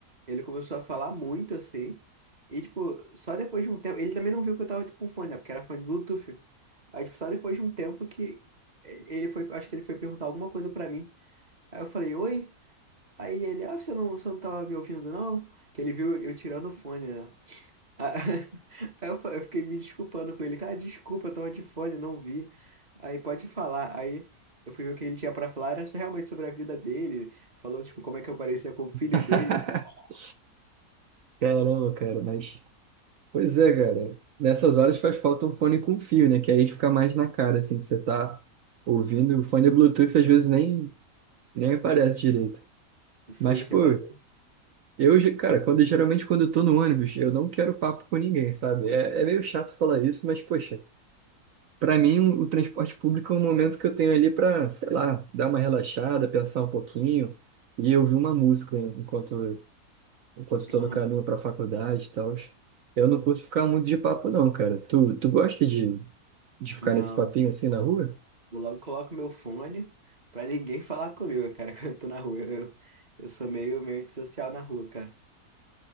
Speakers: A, on the right; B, on the right.
A: Ele começou a falar muito assim. E, tipo, só depois de um tempo. Ele também não viu que eu tava, tipo, com fone, né? Porque era fone Bluetooth. Aí, tipo, só depois de um tempo que eh, ele foi. Acho que ele foi perguntar alguma coisa pra mim. Aí eu falei, oi. Aí ele, ah, você não, você não tava me ouvindo, não? Que ele viu eu tirando o fone, né? Ah, <laughs> Aí eu, fa- eu fiquei me desculpando com ele. Cara, desculpa, eu tava de fone, não vi. Aí pode falar. Aí eu fui ver o que ele tinha pra falar, era só realmente sobre a vida dele. Falou, tipo, como é que eu parecia com o filho
B: <laughs>
A: dele. e tal.
B: Caramba, cara, mas. Pois é, cara. Nessas horas faz falta um fone com fio, né? Que aí fica mais na cara, assim, que você tá ouvindo. O fone Bluetooth às vezes nem, nem aparece direito.
A: Sim,
B: Mas, pô.
A: você gosta?
B: Eu, ge- cara, quando geralmente quando eu tô no ônibus, eu não quero papo com ninguém, sabe? É, é meio chato falar isso, mas poxa, pra mim o, o transporte público é um momento que eu tenho ali pra, sei lá, dar uma relaxada, pensar um pouquinho e ouvir uma música en- enquanto enquanto tô
A: Aham.
B: no caminho pra faculdade e tal. Eu não curto ficar muito de papo não, cara. Tu, tu gosta de, de ficar
A: Não,
B: nesse papinho assim na rua?
A: eu logo coloco meu fone pra ninguém falar comigo, cara, <laughs> quando eu tô na rua. Eu, eu sou meio, meio antissocial na rua, cara.